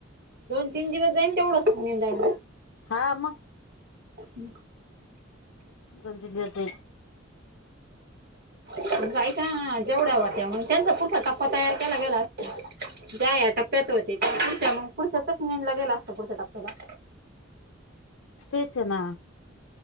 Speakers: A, on the right (about 50°); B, on the left (about 75°).
A: दोन तीन दिवस जाईन तेवढंचं बेंदायला
B: हा मग?
A: हम्म <unintelligible>
B: दोन-तीन दिवस जाईल.
A: काय का जेवढ्या वात्या म्हणून त्यांचा पुढचा टप्पा तयार केला गेला अस ज्या या टप्प्यात होते त्या पुढच्या मग पुढच्याचाच नेनला गेला असतं पुढच्या टप्प्याला.
B: तेच ना.